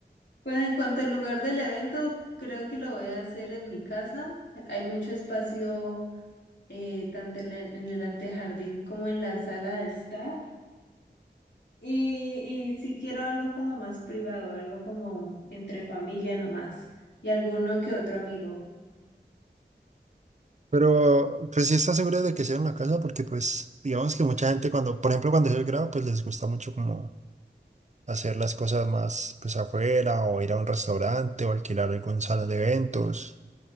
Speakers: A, on the left (about 80°); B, on the right (about 40°).
A: pues en cuanto al lugar del evento, creo que lo voy a hacer en mi casa. Hay mucho espacio eh, tanto en, la- en el antejardín como en la sala de estar. Y, y si quiero algo como más privado, algo como entre familia nomás y alguno que otro amigo.
B: Pero, pues sí estás seguro de que sea en la casa porque, pues, digamos que mucha gente cuando, por ejemplo, cuando es el grado, pues les gusta mucho como hacer las cosas más, pues, afuera o ir a un restaurante o alquilar algún salón de eventos.